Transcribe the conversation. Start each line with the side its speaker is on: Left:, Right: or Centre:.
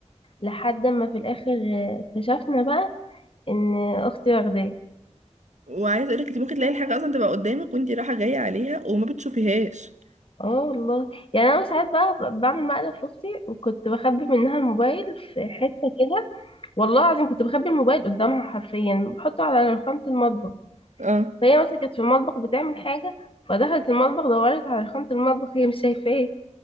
Left: لحد ما في الاخر آه، اكتشفنا بقى ان اختي واخداه
Right: وعايزه اقولك انت ممكن تلاقي الحاجه اصلا تبقى قدامك وانت رايحه جايه عليها وما بتشوفيهاش
Left: اه والله يعني انا ساعات بقى ب- بعمل مقلب في اختي وكنت بخبي منها الموبايل في حته كده والله العظيم كنت بخبي الموبايل قدامها حرفيا بحطه على رخامه المطبخ
Right: اه
Left: فهي مثلا كانت في المطبخ بتعمل حاجه فدخلت المطبخ دورت على رخامه المطبخ هي مش شايفاه